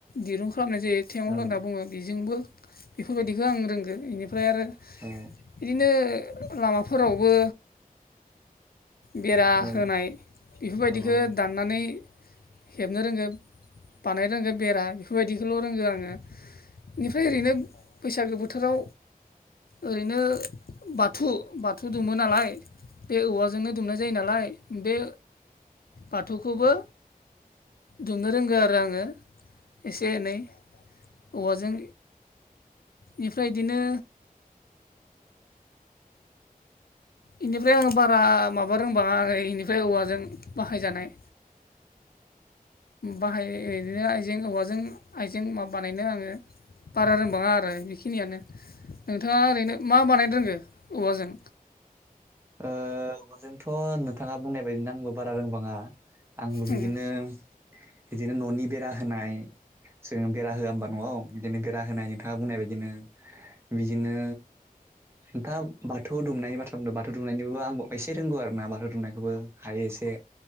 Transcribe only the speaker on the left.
दिरुं खालामनाय जायो थेङल
होनना बुङो बिजोंबो बेफोरबायदिखौ आं रोंगो इनिफ्राय आरो
बिदिनो लामाफोरावबो बेरा
होनाय बिफोरबायदिखो
दाननानै हेबनो रोंगो बानायनो रोंगो बेरा बिफोरबायदिखौल' रोंगो आङो इनिफ्राय ओरैनो बैसागो बोथो थोराव ओरैनो बाथु बाथु दुमो नालाय बे औवाजोंनो दुमनाय जायो नालाय बे बाथुखौबो दुमनो रोंगो आरो आङो इसे एनै औवाजों इनिफ्राय बिदिनो इनिफ्राय आरो बारा माबा रोंबाङा आङो इनिफ्राय औवाजों बाहायजानाय बाहाय इदिनो आइजें औवाजों आइजें मा बानायनो आङो बारा रोंबाङा आरो इखिनियानो नोंथाङा ओरैनो मा बानायनो रोंगो औवाजों
रोंबाङा उम
बिदिनो औ जोङो होआ होमबा न'आव होनायनिफ्राय ओमफ्राय बिदिनो दा बाथौ दुमनायनि बाथ्रा बुंदों बाथौ दुमनायखौबो आंबो एसे रोंगौ आरोना बाथौ दुमनायखौ आरो एसे मावनो हायो